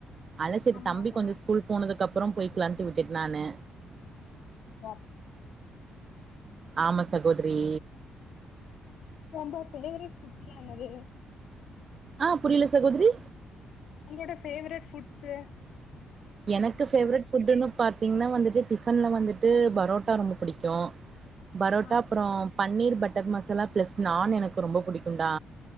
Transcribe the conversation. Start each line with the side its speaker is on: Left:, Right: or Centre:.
Right: அதனால சரி
Left: ஆமா
Right: தம்பி
Left: ஆமா
Right: கொஞ்சோ ஸ்கூல் போனதுக்கு அப் றம் போய்க்கலான்ட்டு விட்டுட்ட நானு
Left: <inaudible>
Right: ஆமா சகோதரி
Left: ரொம்ப பேரு குட்டியானது
Right: ஆ புரில சகோதரி
Left: உங்களோட ஃபேவரட் ஃபுட்சு
Right: எனக்கு ஃபேவரட் ஃபுட்ன்னு பாத்தீங்னா வந்துட்டு டிஃபன்ல வந்துட்டு பரோட்டா ரொம்ப புடிக்கு பரோட்டா
Left: ஆ
Right: அப்பறோ பன்னீர் பட்டர் மசாலா ப்ளஸ் நான் எனக்கு ரொம்ப புடிக்குன்டா